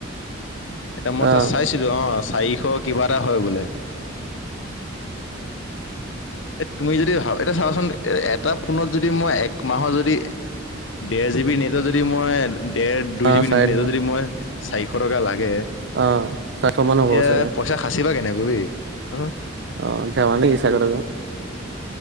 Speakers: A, on the left; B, on the right.
A: এতিয়া মই
B: অ',
A: তাত চাইছিলোঁ। অ, চাৰিশ কিবা এটা হয় বোলে।
B: <inaudible>
A: এ, তুমি যদি ভাব এতিয়া চাবাচোন এ, এটা ফোনত যদি মই এক মাহৰ যদি ডেৰ জিবি নেটত যদি, মই ডেৰ দুই
B: অ',
A: জিবি
B: চাৰে
A: নেটত
B: তিনিশ
A: যদি মই চাৰিশ টকা লাগে।
B: অ', চাৰিশ মান
A: তেতিয়া
B: হ'ব চাগে
A: পইচা সাচিবা কেনেকৈ হেই, ওম?
B: অ, ধেমালি মিছা কথা কয়।